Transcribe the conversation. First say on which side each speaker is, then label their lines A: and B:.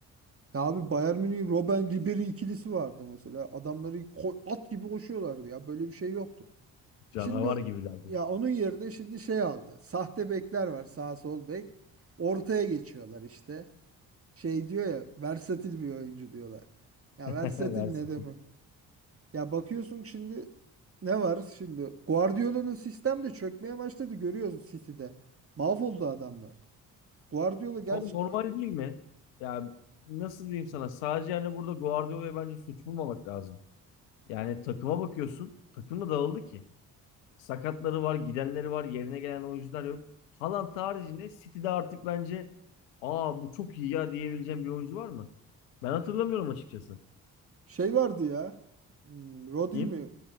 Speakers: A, on the right (about 35°); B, on the left (about 80°).
A: Ya abi Bayern Münih'in Robben Ribery ikilisi vardı mesela. Adamları ko- at gibi koşuyorlardı ya. Böyle bir şey yoktu.
B: Canavar
A: Şimdi
B: gibilerdi.
A: ya onun yerine şimdi şey aldı. Sahte bekler var sağ sol bek. Ortaya geçiyorlar işte. Şey diyor ya versatil bir oyuncu diyorlar. Ya
B: <laughs>
A: versatil
B: Versin.
A: ne demek? Ya bakıyorsun şimdi ne var şimdi? Guardiola'nın sistem de çökmeye başladı görüyoruz City'de. Mahvoldu adamlar. Guardiola gerçi
B: Ama normal
A: ki
B: değil mi? Ya nasıl diyeyim sana? Sadece hani burada Guardiola'ya bence suç bulmamak lazım. Yani takıma bakıyorsun. Takım da dağıldı ki. Sakatları var, gidenleri var, yerine gelen oyuncular yok. Haaland haricinde City'de artık bence aa bu çok iyi ya diyebileceğim bir oyuncu var mı? Ben hatırlamıyorum açıkçası.
A: şey vardı ya. Hmm, Rodri
B: Kim?
A: mi?